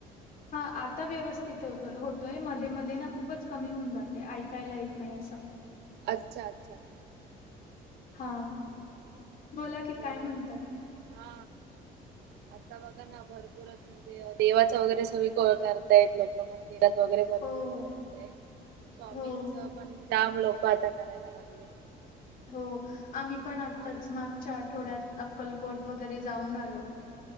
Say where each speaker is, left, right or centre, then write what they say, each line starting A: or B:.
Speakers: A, on the left; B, on the right.
A: हा आता व्यवस्थित होतोय, मध्ये मध्ये ना खूपच कमी होऊन जाते. ऐकायला येत नाही असं
B: अच्छा! अच्छा!
A: हा बोला की,
B: तर
A: काय म्हणतात.
B: हा, आता बघ बघ ना, भरपूरच म्हणजे देवाच वगैरे सगळी कळ करतायेत लोक म्हण मंदिरात वगैरे भरपूर
A: हो
B: लोक राहतय, स्वामींच
A: हो
B: पण जाम लोक आता करायला लागले.
A: हो आम्ही पण आत्ताच,
B: आमच
A: मागच्या आठवड्यात अक्कलकोट वगैरे जाऊन आलो.